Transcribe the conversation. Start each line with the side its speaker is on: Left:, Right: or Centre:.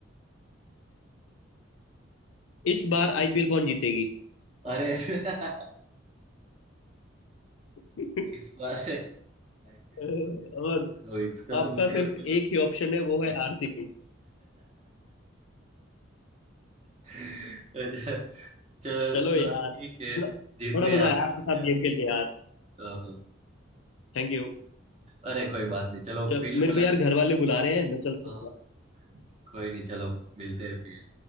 Left: इस बार आईपीएल कौन जीतेगी
Right: अरे <laughs>
Left: <laughs>
Right: इस बार आईपीएल
Left: अ,
Right: कौन जीतेगी
Left: और
Right: चलो इसका
Left: आपका
Right: तो मुझे
Left: सिर्फ
Right: मतलब
Left: एक ही ऑप्शन है वो है आरसीबी
Right: <laughs> चल
Left: चलो
Right: मतलब
Left: यार
Right: ठीक है
Left: बड़ा
Right: जीत
Left: बड़ा
Right: गए
Left: मजा
Right: आप
Left: आया
Right: और
Left: आपके
Right: क्या
Left: साथ गेम खेल के यार
Right: हाँ, हाँ।
Left: Thank you
Right: अरे कोई बात नहीं चलो
Left: चलो
Right: फिर
Left: मेरे
Right: मतलब
Left: को यार घर वाले बुला रहे हैं मैं चलता
Right: हाँ।
Left: हूँ
Right: कोई नहीं चलो मिलते हैं फिर